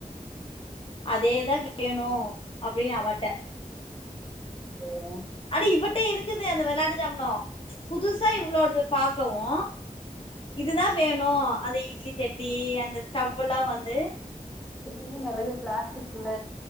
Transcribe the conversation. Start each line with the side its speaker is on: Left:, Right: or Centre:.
Left: அதேதா வேணு அப்டின் அவாட்ட
Centre: உஹம்
Left: அடி இவட்ட இருக்குது அந்த வெளாட்டு ஜாம்னொ புதுசா இவ்ளோட்து பாக்கவு இதுதா வேணு அந்த இட்லி சட்டி அந்த ஸ்டவ்வலா வந்து
Centre: இன்னு நறைய ப்ளாஸ்டிக்ல